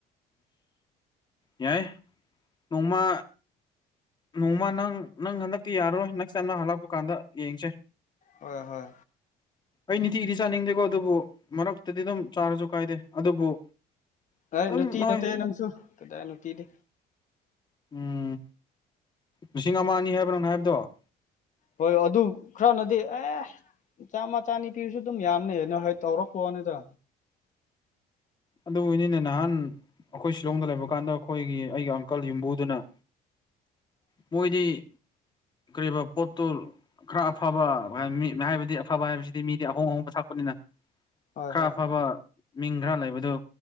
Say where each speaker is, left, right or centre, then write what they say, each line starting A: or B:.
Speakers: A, on the left; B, on the left.
A: ꯌꯥꯏ ꯅꯣꯡꯃ ꯅꯣꯡꯃ ꯅꯪ ꯅꯪ ꯍꯟꯗꯛꯇꯤ ꯌꯥꯔꯣꯏ ꯅꯦꯛꯁ ꯇꯥꯏꯝ ꯅ ꯍꯜꯂꯛꯄ ꯀꯥꯟꯗ ꯌꯦꯡꯁꯦ
B: ꯍꯣꯏ ꯍꯣꯏ
A: ꯑꯩ ꯅꯤꯇꯤꯗꯤ ꯆꯥꯅꯤꯡꯗꯦꯀꯣ ꯑꯗꯨꯕꯨ ꯃꯔꯛꯇꯗꯤ ꯑꯗꯨꯝ ꯆꯥꯔꯁꯨ ꯀꯥꯏꯗꯦ ꯑꯗꯨꯕꯨ
B: ꯍꯣꯏ
A: ꯑꯗꯨꯝ
B: ꯅꯨꯡꯇꯤ
A: ꯍꯣꯏ
B: ꯅꯠꯇꯦ ꯅꯪꯁꯨ ꯀꯗꯥꯏ ꯅꯨꯡꯇꯤꯗꯤ
A: ꯎꯝ ꯂꯤꯁꯤꯡ ꯑꯃ ꯑꯅꯤ ꯍꯥꯏꯕꯅꯣ ꯍꯥꯏꯕꯗꯣ
B: ꯍꯣꯏ ꯑꯗꯨ ꯈꯔꯅꯗꯤ ꯑꯦ ꯆꯥꯝꯃꯆꯥ ꯅꯤꯄꯤꯁꯨ ꯑꯗꯨꯝ ꯌꯥꯝꯅ ꯑ ꯅꯣ ꯍꯣꯏ ꯇꯧꯔꯛꯂꯣꯅꯤꯗ
A: ꯑꯗꯨ ꯑꯣꯏꯅꯤꯅ ꯅꯍꯥꯟ ꯑꯩꯈꯣꯏ ꯁꯤꯂꯣꯡꯗ ꯂꯩꯕ ꯀꯥꯟꯗ ꯑꯩꯈꯣꯏꯒꯤ ꯑꯩꯒꯤ ꯑꯪꯀꯜ ꯌꯨꯝꯕꯨꯗꯨꯅ ꯃꯣꯏꯗꯤ ꯀꯔꯤꯔꯤꯕ ꯄꯣꯠꯇꯨ ꯈꯔ ꯑꯐꯕ ꯃꯤ ꯍꯥꯏꯕꯗꯤ ꯑꯐꯕ ꯍꯥꯏꯕꯁꯤꯗꯤ ꯃꯤꯗꯤ ꯑꯍꯣꯡ ꯑꯍꯣꯡꯕ ꯊꯥꯛꯄꯅꯤꯅ
B: ꯍꯣꯏ
A: ꯈꯥꯐꯕ
B: ꯍꯣꯏ
A: ꯃꯤꯡꯒ꯭ꯔꯥ ꯂꯩꯕ ꯑꯗꯨ